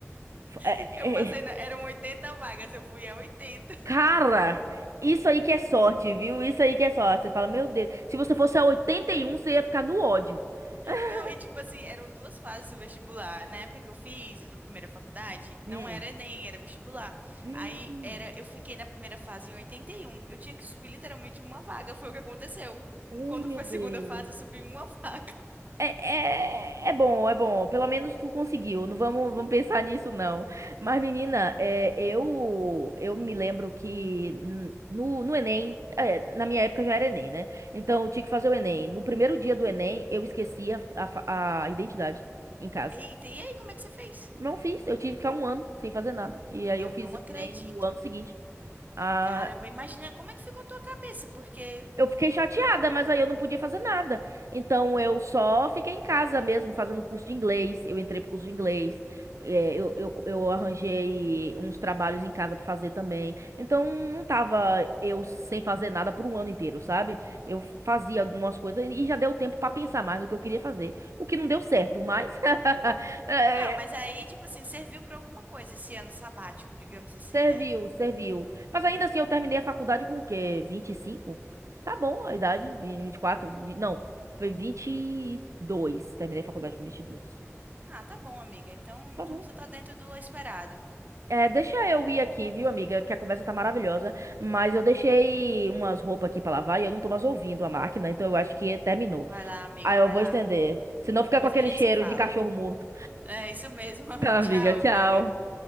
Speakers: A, on the right; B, on the right.
A: <laughs>
B: É,
A: Eu passei
B: é,
A: na, eram 80 vagas, eu fui a oitenta
B: Cara, isso aí que é sorte, viu? Isso aí que é sorte. Você fala, meu Deus, se você fosse a 81, você ia ficar no ódio. <laughs>
A: Não, e tipo assim, eram duas fases do vestibular. Na época que eu fiz a primeira faculdade, não
B: Hum.
A: era Enem, era vestibular.
B: Hum,
A: Aí era, eu fiquei na primeira fase em 81. Eu tinha que subir literalmente uma vaga, foi o que aconteceu.
B: oh,
A: Quando
B: meu
A: foi
B: Deus.
A: a segunda fase, eu subi uma <laughs> vaga.
B: É, é, é bom, é bom. Pelo menos tu conseguiu. Não vamos, vamos pensar nisso, não. Mas, menina, é, eu eu me lembro que n- no, no Enem, é, na minha época já era Enem, né? Então eu tinha que fazer o Enem. No primeiro dia do Enem, eu esqueci a, a, fa- a identidade em casa.
A: Eita, e aí, como é que você fez?
B: Não fiz, eu tive que ficar um ano sem fazer nada. E aí
A: Eu
B: eu fiz
A: não
B: o
A: acredito.
B: Enem no ano seguinte. Ah,
A: Caramba, imagina como é que ficou a tua cabeça, porque.
B: eu fiquei chateada, mas aí eu não podia fazer nada. Então eu só fiquei em casa mesmo, fazendo curso de inglês. Eu entrei pro curso de inglês. É, eu, eu, eu arranjei uns trabalhos em casa pra fazer também. Então não tava eu sem fazer nada por um ano inteiro, sabe? Eu fazia algumas coisas e já deu tempo pra pensar mais no que eu queria fazer. O que não deu certo, mas <laughs> é,
A: Ah, mas aí, tipo assim, serviu pra alguma coisa esse ano sabático, digamos assim,
B: Serviu,
A: né?
B: serviu. Mas ainda assim, eu terminei a faculdade com o quê? vinte e cinco Tá bom a idade, vi- 24, vi- não, foi vinte e dois Terminei a faculdade com vinte e dois
A: Ah, tá bom, amiga. Então,
B: Tá
A: então
B: bom.
A: você tá dentro do esperado.
B: É, deixa eu ir aqui, viu, amiga? Que a conversa tá maravilhosa, mas eu deixei umas roupas aqui pra lavar e eu não tô mais ouvindo a máquina, então eu acho que terminou.
A: Vai lá, amiga,
B: Aí
A: vai
B: eu vou
A: lá,
B: estender.
A: viu?
B: Senão fica
A: Depois
B: com aquele
A: a gente
B: cheiro
A: se fala.
B: de cachorro morto.
A: É isso mesmo. <laughs>
B: Tá,
A: Tchau,
B: amiga, tchau.
A: amiga.